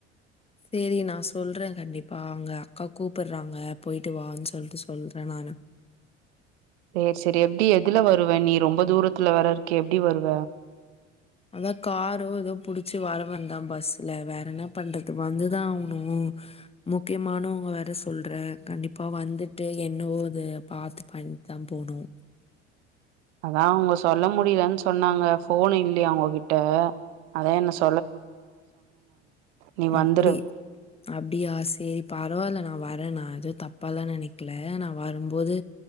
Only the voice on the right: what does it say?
சேர் செரி எப்டி எதுல வருவ நீ ரொம்ப தூரத்துல வேற க எப்டி வருவ
அதான் அவுங்க சொல்ல முடிலன்னு சொன்னாங்க ஃபோன் இல்லியா அவுங்ககிட் ட அதா என்ன சொ நீ வந்துரு